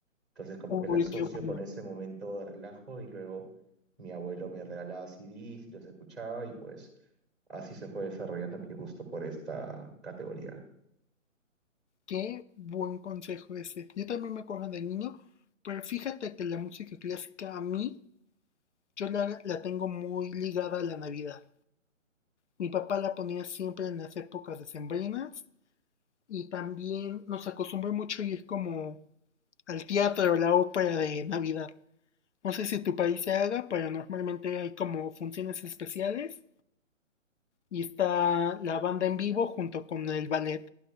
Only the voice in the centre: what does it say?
Entonces como
que la asocio
con ese momento de relajo y luego mi abuelo me regalaba CDs y los escuchaba y pues así se fue desarrollando mi gusto por esta categoría.